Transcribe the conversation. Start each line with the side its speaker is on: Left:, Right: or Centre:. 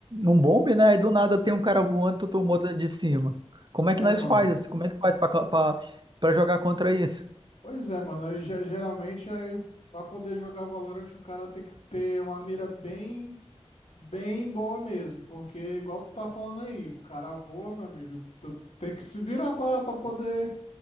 Right: um bombe, né? E do nada tem
Left: Aham.
Right: um cara voando, tu tomou da- de cima. Como é que
Left: É,
Right: nós
Left: mano.
Right: faz isso? Como é que faz pra, ca- pra, pra jogar contra isso?
Left: Pois é, mano. Aí, ge- geralmente, aí, pra poder jogar Valorant, o cara tem que ter uma mira bem. Bem boa mesmo, porque igual tu tá falando aí, o cara voa, meu amigo, tu, tu tem que se virar pra, pra poder,